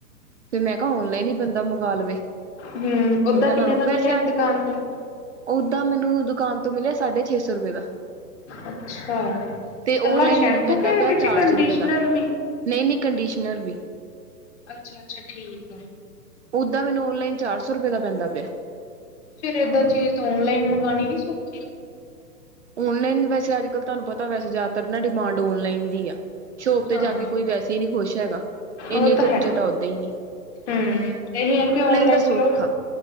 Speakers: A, on the right (about 45°); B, on the left (about 45°).
A: ਫਿਰ ਮੈਂ ਕਿਹਾ ਔਨਲਾਈਨ ਹੀ ਬੰਦਾ ਮੰਗਵਾ ਲਵੇ
B: ਹਮ ਓਦਾਂ
A: ਇਹਨਾਂ
B: ਕਿੰਨੇ
A: ਨਾਲੋਂ
B: ਦਾ
A: ਵੈਸੇ
B: ਮਿਲਿਆ
A: ਅੱਜ
B: ਦੁਕਾਨ
A: ਕੱਲ
B: ਤੋਂ
A: ਓਦਾਂ ਮੈਨੂੰ ਦੁਕਾਨ ਤੋਂ ਮਿਲਿਆ ਸਾਢੇ ਛੇ ਸੌ ਰੁਪਏ ਦਾ।
B: ਅੱਛਾ
A: ਤੇ
B: ਕੱਲਾ
A: ਔਨਲਾਈਨ
B: ਸ਼ੈਂਪੂ
A: ਮੈਨੂੰ ਪੈਂਦਾ
B: ਕੇ
A: ਪਿਆ
B: ਵਿੱਚ
A: ਚਾਰ
B: ਕੰਡੀਸ਼ਨਰ
A: ਸੌ ਰੁਪਏ ਦਾ।
B: ਵੀ
A: ਨਹੀਂ-ਨਹੀਂ ਕੰਡੀਸ਼ਨਰ ਵੀ।
B: ਅੱਛਾ-ਅੱਛਾ ਠੀਕ ਆ।
A: ਓਦਾ ਮੈਨੂੰ ਨਲਾਈਨ ਚਾਰ ਸੌ ਰੁਪਏ ਦਾ ਪੈਂਦਾ ਪਿਆ।
B: ਫੇਰ ਏਦਾਂ ਚੀਜ਼ ਓਨਲਾਈਨ ਮੰਗਾਣੀ ਨੀ ਸੋਖੀ।
A: ਓਨਲਾਈਨ ਵੈਸੇ ਅੱਜਕੱਲ ਤੁਹਾਨੂੰ ਪਤਾ ਵੈਸੇ ਜ਼ਿਆਦਾਤਰ ਨਾ ਡਿਮਾਂਡ ਔਨਲਾਈਨ ਦੀ ਆ, ਸ਼ੋਪ ਤੇ
B: ਹਾਂ
A: ਜਾ ਕੇ ਕੋਈ ਵੈਸੇ ਨੀ ਖੁਸ਼ ਹੈਗਾ। ਇੰਨੀ
B: ਉਹ ਤਾਂ
A: ਧੁੱਪ
B: ਹੈ
A: ਚ ਤਾ ਓਦਾਂ ਹੀ ਨਹੀਂ।
B: ਹੂੰ ਇਹੀ ਹੈ ਕਿ ਔਨਲਾਈਨ
A: ਦਾ ਸੌਖਾ
B: ਚਲੋ,